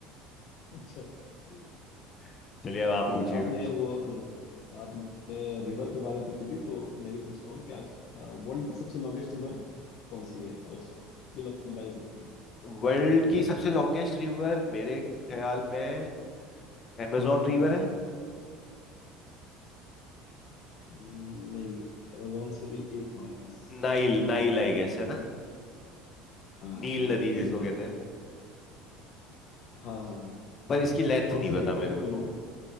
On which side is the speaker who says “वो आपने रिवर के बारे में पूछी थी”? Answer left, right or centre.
Left